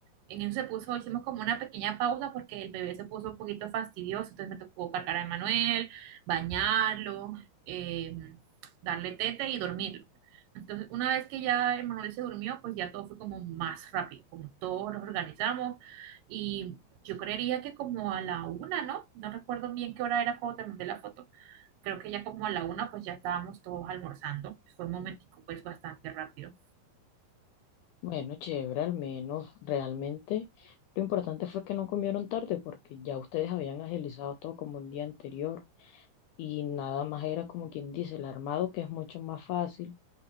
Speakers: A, on the right; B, on the left.
A: en eso se puso, hicimos como una pequeña pausa porque el bebé se puso un poquito fastidioso, entonces me tocó cargar a Emanuel, bañarlo, eh, darle tete y dormirlo. Entonces, una vez que ya Emanuel se durmió, pues ya todo fue como más rápido, como todos nos organizamos y... Yo creería que como a la una, ¿no? No recuerdo bien qué hora era cuando te mandé la foto. Creo que ya como a la una, pues ya estábamos todos almorzando. Fue un momentico, pues bastante rápido.
B: Bueno, chévere, al menos realmente lo importante fue que no comieron tarde porque ya ustedes habían agilizado todo como un día anterior y nada más era como quien dice el armado que es mucho más fácil